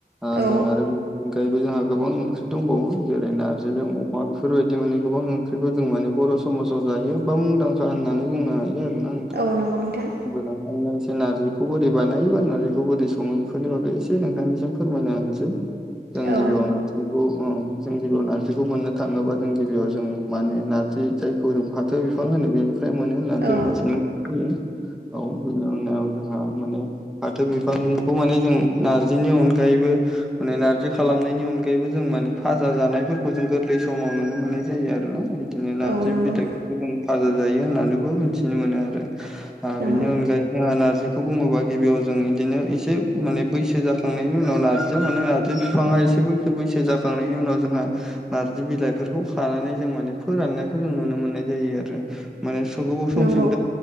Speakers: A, in the centre; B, on the right.
A: ओ
B: औ
A: जों आरो अनगायैबो जोंहा गोबां ओंख्रि दंबावो जेरै नारजिजों अमा बेफोरबायदि माने गोबां ओंख्रिखौ जों माने बर' स माजाव जायो बा मुंदांखा होननानै बुंनो हायो आरोना
B: औ नंगौ नोंथां
A: नोंथां। एसे नारजिखौ बोरै बानायो बा नारजिखौ बोरै सङो बेफोरनि बागै एसे नोंथांनिसिम फोरमायना होनोसै। जों
B: औ
A: गिबियावनो नारजि खौ ओ जों गिबियाव नारजिखौ मोननो थाङोबा गिबियाव जों माने नारजि जाय खौ जों फाथो बिफां होनो बेनिफ्राय मोनो होननानै
B: औ
A: जों मिथिनो मोननाय जायो। औ बिनि उनाव जोंहा माने फाथो बिफांखौ माने जों नारजिनि अनगायैबो माने नारजि खालामनायनि अनगायैबो जों माने फाजा जानायफोरखौ जों गोरलै समाव नुनो मोननाय जायो आरो ना। बिदिनो नार्जि
B: औ नंगौ
A: बिलाइफोरखो जों भाजा जायो होननानैबो मिन्थिनो मोनो आरो। आ
B: नंगौ
A: बिनि अनगायै जोंहा नार्जिखौ बुङोबा गिबियाव जों बिदिनो इसे माने बैसो जा खांनायनि उनाव नारजिया मोनो नारजि फिफाङा इसे बैखो बैसो जाखांनायनि उनाव जोंहा नारजि बिलाइफोरखौ खानानै जों माने फोराननायखौ जों नुनो मोननाय जायो आरो माने सुबुं समसिम
B: नंगौ